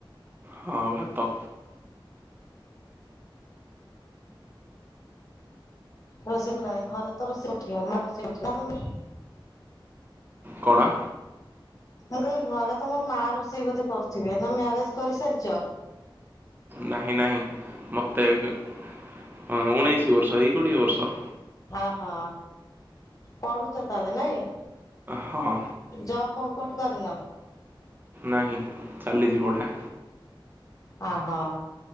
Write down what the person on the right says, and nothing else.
ହଁ ଭାତ।
କଣ?
ନାହିଁ ନାହିଁ ମୋତେ ଉଣେଇଶ ବର୍ଷ ଏଇ କୋଡ଼ିଏ ବର୍ଷ।
ହଁ
ନାହିଁ ଚାଲିଯିବଟା।